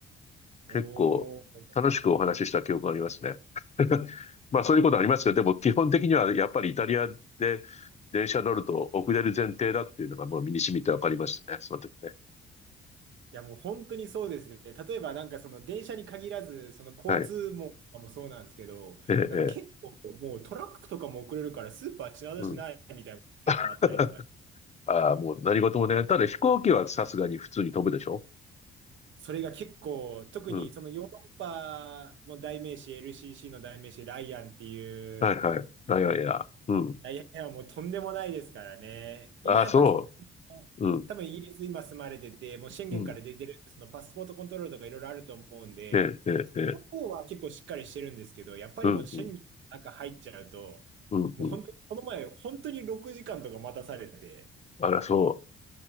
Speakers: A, on the left; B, on the right.
A: 結構楽しくお話しした記憶がありますね。
B: おー、
A: <laughs> まあそういうことありますけど、でも基本的にはやっぱりイタリアで電車乗ると遅れる前提だっていうのがもう身に染みてわかりましたね、その時ね。
B: いや、もう本当にそうですね。例えば、なんかその電車に限らず、その交通網とかもそうなんですけど、
A: はい。ええ、ええ、
B: なんか結構もうトラックとかも遅れるからスーパー品出しないみたいなのが結構あったりとか、
A: うん。<laughs> ああ、もう何事もね。ただ飛行機はさすがに普通に飛ぶでしょ
B: それが結構、特にそのヨーロッパの代名詞、
A: うん。
B: LCC の代名詞、ライアンっていう、
A: はいはい。いやいやいや。うん。
B: ライアンはもうとんでもないですからね。今やっぱ結構、
A: ああ、そう。うん。
B: 多分イギリス今住まれてて、もう宣言から出てる、
A: うん。
B: そのパスポートコントロールとかいろいろあると思うんで、
A: ええ、ええ、ええ。
B: の方は結構しっかりしてるんですけど、やっぱりもう審議の中入っちゃうと、
A: うん、うん、うん、
B: もう本当に、
A: うん。
B: この前、本当に6時間とか待たされて、
A: あら、そう。